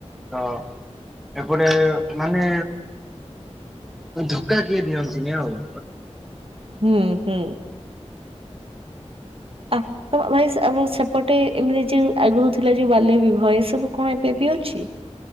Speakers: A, in the centre; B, on the right.
A: ତ। ଏପଟେ ମାନେ ଧୋକା କିଏ ଦିଅନ୍ତିନି ଆଉ।
B: ହୁଁ ହୁଁ। ଅ ତ ଭାଇ ଆମ ସେପଟେ ଏମିତି ଯୋଉ ଆଗରୁ ଥିଲା ଯୋଉ ବାଲ୍ୟ ବିବାହ ଏ ସବୁ କଣ ଏବେ ବି ଅଛି?